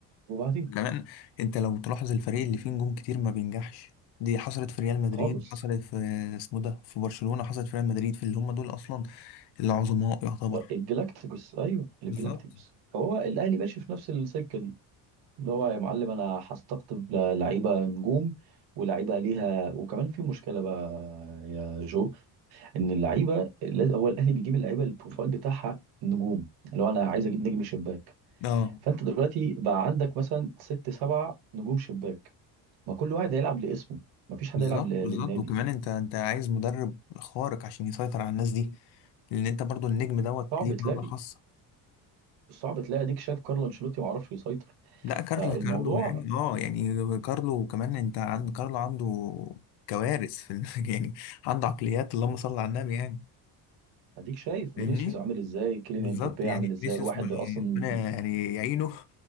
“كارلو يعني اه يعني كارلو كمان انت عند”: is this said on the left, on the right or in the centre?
Left